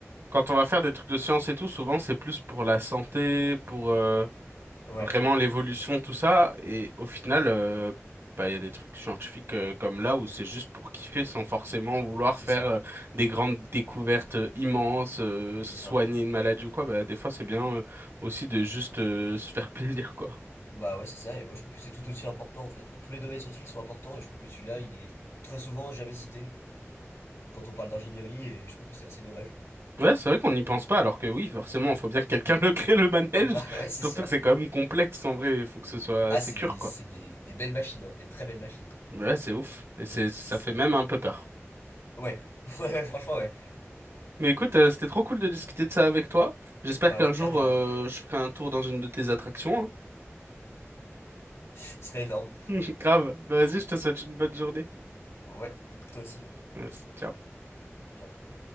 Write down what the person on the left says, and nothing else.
Ouais.
C'est
ça,
c'est
ça.
Bah ouais, c'est ça, et moi je trouve que c'est tout aussi important en fait. Tous les domaines scientifiques sont importants, et je trouve que celui-là, il est très souvent jamais cité quand on parle d'ingénierie, et je trouve que c'est assez dommage.
Bah <laughs> ouais, c'est
ça.
Ah,
c'est
c'est des, des belles machines, hein, des très belles machines.
C'est...
Ouais, <laughs> ouais, ouais, franchement, ouais.
Bah
ouais, carrément.
Ce serait énorme.
Ouais, toi aussi.
Ciao.